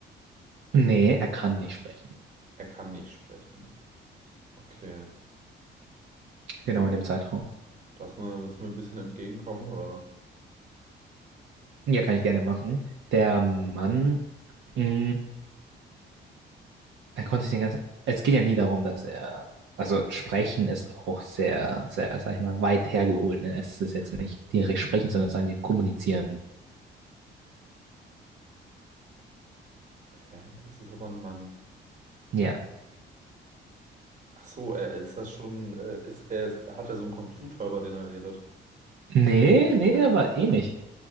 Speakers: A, on the right; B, on the right.
A: Nee, er kann nicht sprechen.
B: Er kann nicht sprechen. Okay.
A: Genau in dem Zeitraum.
B: Das mal, willst du mir ein bisschen entgegenkommen, oder?
A: Ja, kann ich gerne machen. Der Mann. hm, Er konnte sich den ganzen. Es geht ja nie darum, dass er. Also sprechen ist auch sehr, sehr, sag ich mal, weit hergeholt. Ne? Es ist jetzt nicht direkt sprechen, sondern sagen wir kommunizieren.
B: Hä? Es ist aber ein Mann.
A: Ja.
B: Ach so, er ist das schon, äh, ist, er ist, hat er so einen Computer, über den er redet.
A: Nee, nee, aber ähnlich.